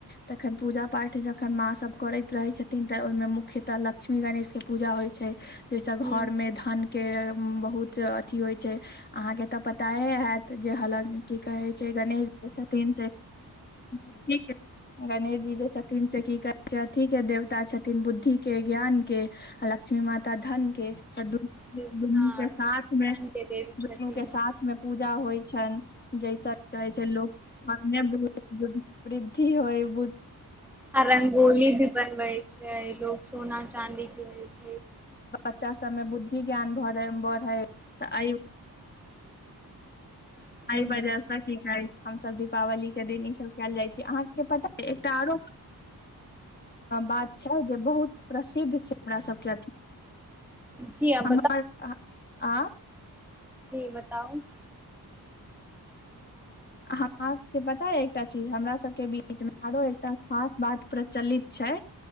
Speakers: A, on the left (about 25°); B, in the centre.
A: तखन पूजा पाठ जखन माँ सब करैत रहै छथिन तऽ ओहिमे मुख्यतः लक्ष्मी गणेश के पूजा ताहिसे घर
B: हूँ
A: मे धन के बहुत अथी होइ छै अहाँके तऽ पता हयत जे हालकी की कहै छै गणेश जे छथिन से ठीक ह गणेश जी जे छथिन से की करै छै अथी के देवता छथिन बुद्धि के ज्ञान के अ लक्ष्मी माता धन के त दुन
B: हँ
A: दुनू के साथ मे
B: धन के देवी छथिन
A: दुनू के साथ मे पूजा होइ छनि जाहिस की कहै छै लोग घरमे बहुत वृद्धि होय बु
B: आ रंगोली भी बनबै छै लोग सोना चाँदी किनैछै
A: बच्चा सबमे बुद्धि ज्ञान भरे तऽ आइ
B: हूँ
A: आइ बाजा था की काइल हम सब दीपावली के दिन ई सब कयल जाइ छै अहाँके पता एकटा आरो बात छै जे बहुत प्रसिद्ध छै हमरा सबके अथी
B: की आब
A: हमर आ
B: जी बताउ
A: हमरा सबके पता यै एकटा चीज हमरा सबके बीच मे आरो एकटा खास बात प्रचलित छै